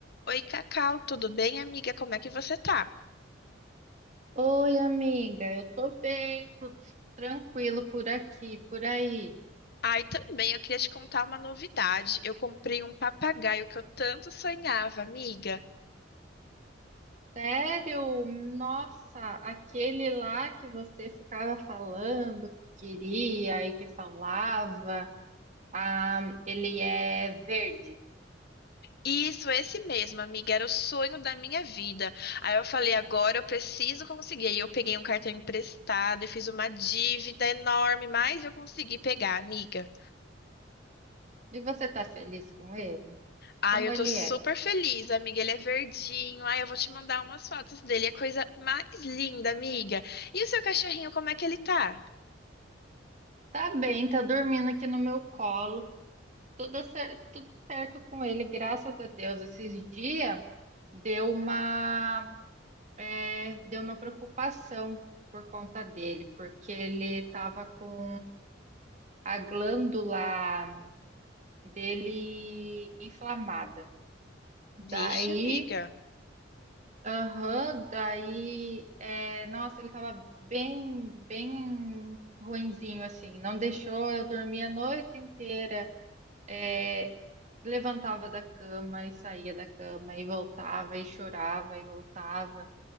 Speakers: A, on the left; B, on the right.
A: Oi, Cacau, tudo bem, amiga? Como é que você tá?
B: Oi, amiga, eu tô bem, tudo tranquilo por aqui, por aí.
A: Ai, também, eu queria te contar uma novidade. Eu comprei um papagaio que eu tanto sonhava, amiga.
B: Sério? Nossa, aquele lá que você ficava falando que queria e que falava, ah, ele é verde.
A: Isso, esse mesmo, amiga, era o sonho da minha vida. Aí eu falei, agora eu preciso conseguir. Aí eu peguei um cartão emprestado e fiz uma dívida enorme, mas eu consegui pegar, amiga.
B: E você tá feliz com ele?
A: Ai,
B: Como
A: eu
B: ele
A: tô super
B: é?
A: feliz, amiga. Ele é verdinho. Ai, eu vou te mandar umas fotos dele. É a coisa mais linda, amiga. E o seu cachorrinho, como é que ele tá?
B: Tá bem, tá dormindo aqui no meu colo, tudo cer- tudo certo com ele, graças a Deus. Esses dias deu uma é, deu uma preocupação por conta dele, porque ele estava com a glândula dele inflamada.
A: Vixe,
B: Daí,
A: amiga.
B: aham, daí, é, nossa, ele estava bem, bem ruinzinho assim. Não deixou eu dormir a noite inteira. É, levantava da cama e saía da cama e voltava e chorava e voltava.